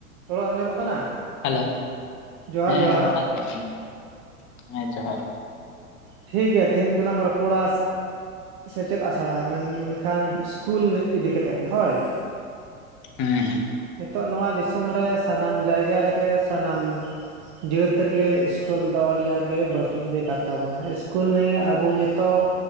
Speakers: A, on the right; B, on the left.
A: ᱛᱷᱚᱲᱟ ᱟᱸᱡᱚᱢᱚᱜ ᱠᱟᱱᱟ?
B: ᱦᱮᱞᱳ
A: ᱡᱚᱦᱟᱨ
B: ᱾ᱦᱮᱸ
A: ᱡᱚᱦᱟᱨ
B: ᱨᱚᱲᱟ ᱟᱸᱡᱚᱢᱚᱜ ᱠᱟᱱᱟ᱾ ᱦᱮᱸ ᱡᱚᱦᱟᱨ ᱜᱮ
A: ᱴᱷᱤᱠ ᱜᱮᱭᱟ ᱛᱤᱦᱤᱧᱸ ᱫᱚᱞᱟᱝ ᱨᱚᱯᱚᱲᱟ ᱥᱮᱪᱮᱫ ᱟᱥᱲᱟᱸ ᱢᱮᱱᱞᱠᱷᱟᱱ ᱤᱥᱠᱩᱞ ᱤᱫᱤ ᱠᱟᱛᱮᱫ ᱦᱳᱭ᱾
B: ᱦᱮᱸ ᱦᱮᱸ
A: ᱦᱤᱛᱚᱜ ᱱᱚᱣᱟ ᱫᱤᱥᱚᱢ ᱨᱮ, ᱥᱟᱱᱟᱢ ᱡᱟᱭᱜᱟ ᱨᱮ ᱜᱮ ᱥᱟᱱᱟᱢ ᱡᱟᱹᱛ ᱨᱮ ᱜᱮ ᱥᱠᱩᱞ ᱫᱚ ᱟᱹᱰᱤ ᱟᱸᱴ ᱜᱮ, ᱵᱟᱹᱲᱛᱤ ᱤᱫᱤ ᱠᱟᱱ ᱛᱟᱵᱚᱱᱟ᱾ ᱚᱱᱟ ᱥᱠᱩᱞ ᱱᱤᱭᱟᱹᱮ ᱟᱵᱚ ᱱᱤᱛᱚᱜ